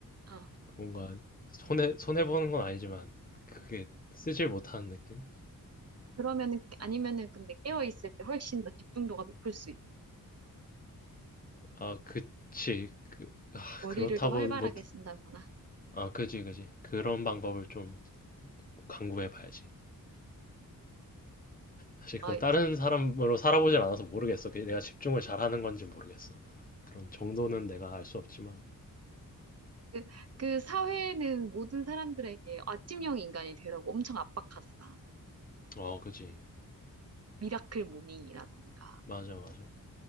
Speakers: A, on the right (about 45°); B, on the left (about 25°).
A: 아...
B: 뭔가 손해, 손해 보는 건 아니지만 그게 쓰질 못하는 느낌?
A: 그러면은, 아니면은 근데 깨어있을 때 훨씬 더 집중도가 높을 수 있,
B: 아, 그치. 그, 아,
A: 머리를
B: 그렇다고
A: 더 활발하게
B: 못,
A: 쓴다거나.
B: 아, 그지, 그지. 그런 방법을 좀 강구해 봐야지. 사실
A: 아,
B: 그 다른 사람으로 살아보질 않아서 모르겠어. 그게 내가 집중을 잘하는 건지 모르겠어. 그런 정도는 내가 알 수 없지만,
A: 그, 그 사회는 모든 사람들에게 아침형 인간이 되라고 엄청 압박하잖아.
B: 어, 그지.
A: 미라클 모닝이라던가.
B: 맞아, 맞아.